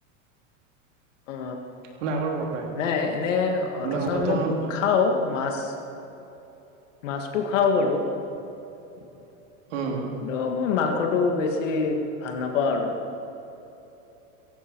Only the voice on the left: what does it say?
অ,
নাই এনে অথচ
মই
খাও মাছ মাছটো খাও বাৰু। কিন্তু
মোৰ মাংসটো বেছি ভাল নাপাওঁ আৰু।